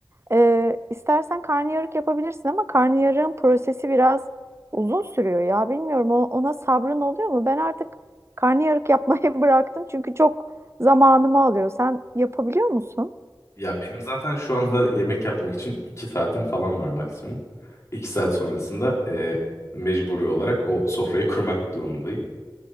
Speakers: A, on the right; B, on the left.
A: Ee, istersen karnıyarık yapabilirsin ama karnıyarığın prosesi biraz uzun sürüyor ya. Bilmiyorum o- ona sabrın oluyor mu? Ben artık karnıyarık yapmayı <laughs> bıraktım çünkü çok zamanımı alıyor. Sen yapabiliyor musun?
B: Ya benim zaten şu anda yemek yapmak için iki saatim falan var maksimum. İki saat sonrasında e, mecburi olarak o sofrayı <laughs> kurmak durumundayım.